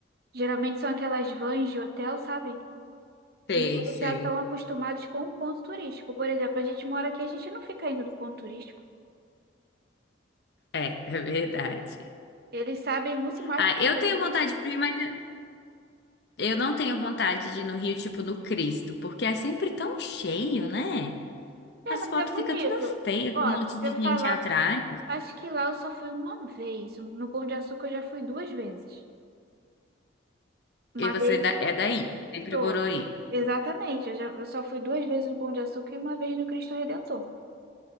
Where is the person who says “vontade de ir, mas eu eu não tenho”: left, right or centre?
Left